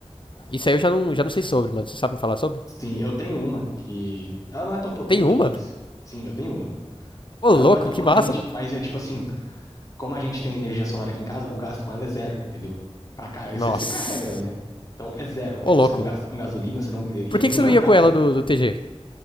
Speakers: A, on the left (about 50°); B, on the left (about 30°).
A: Isso aí eu já não, já não sei sobre, mano. Você sabe me falar sobre?
B: Sim, eu tenho uma que. Ela não é tão potente,
A: Tem uma?
B: mas. Sim, eu tenho uma.
A: Ô,
B: Ela
A: louco,
B: não é tão
A: que
B: potente,
A: massa, mano.
B: mas é tipo assim, como a gente tem energia solar aqui em casa, o gasto com ela é zero, entendeu? Pra cá, você,
A: Nossa.
B: você carrega ela, né? Então é zero.
A: Ô,
B: Tipo,
A: louco.
B: você não gasta com gasolina, você não. e-
A: Por
B: e
A: que,
B: No
A: que você
B: meu
A: não ia
B: caso,
A: com ela do, do TG?